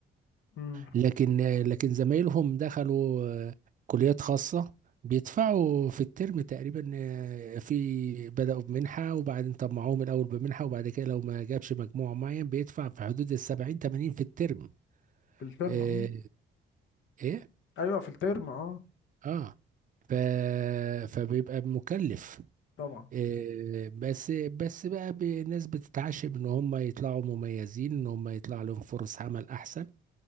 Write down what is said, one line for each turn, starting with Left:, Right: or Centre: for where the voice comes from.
Left: مم.
Right: لكن لكن زمايلهم دخلوا آه، كليات خاصة بيدفعوا في الترم تقريبا آه، في بدأوا بمنحة وبعدين طمعوهم الأول بمنحة وبعد كده لو ما جابش مجموع معين بيدفع في حدود السبعين تمانين في الترم
Left: في الترم
Right: آه،
Left: مم.
Right: إيه؟
Left: ايوه في الترم اه
Right: آه ف... فبيبقى مكلف
Left: طبعا
Right: آه، بس بس بقى ب- الناس بتتعشم ان هم يطلعوا مميزين ان هم يطلع لهم فرص عمل احسن